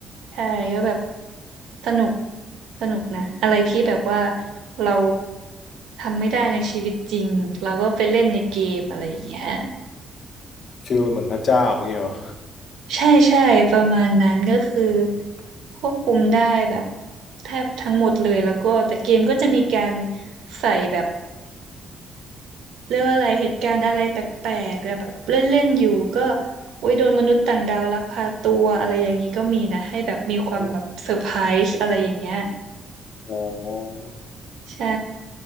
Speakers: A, on the right; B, on the left.
A: ใช่ก็แบบสนุกสนุกนะอะไรที่แบบว่าเราทำไม่ได้ในชีวิตจริงเราก็ไปเล่นในเกมอะไรอย่างเงี้ย
B: ฟีลเหมือนพระเจ้าอย่างเงี้ยเหรอ
A: ใช่ใช่ประมาณนั้นก็คือควบคุมได้แบบแทบทั้งหมดเลยแล้วก็แต่เกมก็จะมีการใส่แบบเรียกว่าอะไรเหตุการณ์อะไรแปลกๆแบบเล่นๆอยู่ก็โอ้ยโดนมนุษย์ต่างดาวลักพาตัวอะไรอย่างนี้ก็มีนะให้แบบมีความแบบเซอร์ไพรส์อะไรอย่างเงี้ย
B: อ๋อ
A: ใช่